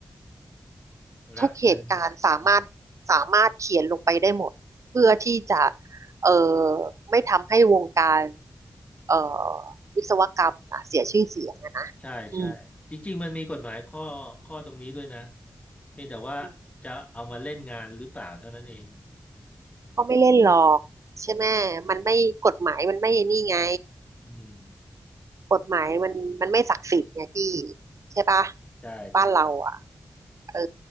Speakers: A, on the left (about 25°); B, on the right (about 55°).
A: ำรับเงิน
B: ทุกเหตุการณ์สามารถสามารถเขียนลงไปได้หมดเพื่อที่จะ
A: เออ
B: เอ่อไม่ทำให้วงการเอ่อวิศวกรรมน่ะเสียชื่อเสียงอะนะอืม
A: ใช่ใช่จริงๆมันมีกฎหมายข้อข้อตรงนี้ด้วยนะเพียงแต่ว่าจะเอามาเล่นงานหรือเปล่าเท่านั้นเอง
B: อืมก็ไม่เล่นหรอกใช่ไหมมันไม่กฎหมายมันไม่นี่ไง
A: อืม
B: กฎหมายมันมันไม่ศักดิ์สิทธิ์ไงพี่ใช่ปะ
A: ใช่ใช่
B: บ้านเราอ่ะเออ